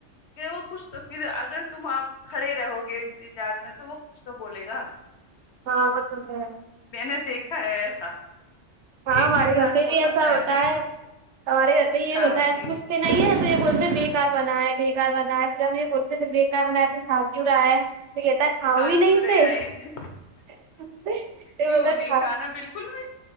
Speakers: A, on the left (about 60°); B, on the right (about 70°).
A: کہ وہ کچھ تو پھر اگر تم آپ کھڑے رہو گے انتظار میں تو وہ کچھ تو بولے گا
B: ہاں وہ تو ہے
A: میں نے دیکھا ہے ایسا
B: ہاں
A: ایک
B: ہمارے
A: کے ساتھ
B: گھر پہ بھی ایسا
A: تھا
B: ہوتا
A: ایسے ہی
B: ہے ہمارے گھر پہ یہ
A: ہاں
B: ہوتا ہے
A: جی
B: کچھ پہ نہیں ہے تو یہ بولتے ہے بے کار بنا ہے بے کار بنا ہے پھر ہم یہ بولتے ہے پھر بے کار بنا ہے تو کھا کیوں رہا ہے تو کہتا کھاؤں
A: کھا
B: بھی
A: کیوں
B: نہیں اسے
A: رہے آئی
B: پھر
A: کیوں
B: بولتا ہے
A: نہیں
B: کھاؤ
A: کھانا بالکل نہیں